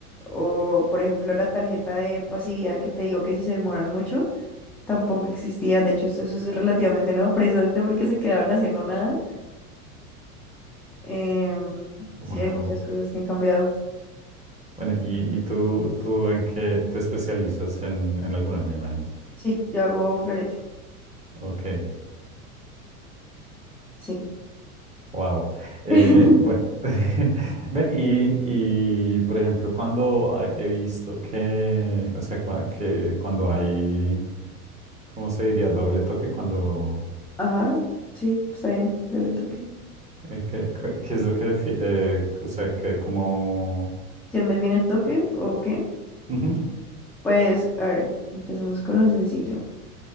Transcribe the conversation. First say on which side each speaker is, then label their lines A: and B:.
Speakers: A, in the centre; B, on the right.
A: O, por ejemplo, la tarjeta de pasividad que te digo que si se demoran mucho, tampoco existía. De hecho, eso, eso es relativamente nuevo, precisamente porque se quedaban haciendo nada. Em,
B: Wow.
A: sí, hay muchas cosas que han cambiado.
B: Bueno, y, y tú, tú en qué te especializas en, en alguna, me imagino.
A: Sí, yo hago florete.
B: Ok,
A: Sí.
B: wow.
A: <laughs>
B: bueno, <laughs> ven, y, y, por ejemplo, cuando ah, he visto que, o sea, cua- que cuando hay, ¿cómo se diría? Doble toque, cuando,
A: Ajá, sí, está bien. Yo le toqué.
B: eh, ¿qué, qué- qué es lo que, defi- eh, o sea, que como,
A: ¿Quién define el toque o qué?
B: Ujú,
A: Pues, a ver, empecemos con lo sencillo.